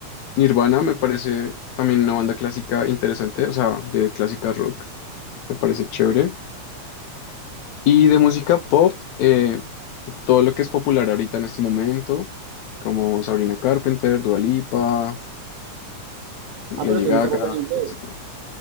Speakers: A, on the left; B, on the right.
A: Nirvana, me parece también una banda clásica interesante, o sea, de clásica rock, me parece chévere. Y de música pop, eh, todo lo que es popular ahorita en este momento, como Sabrina Carpenter, Dua Lipa,
B: Ah,
A: Lady
B: pero te
A: Gaga,
B: gusta pop en inglés.
A: etcétera.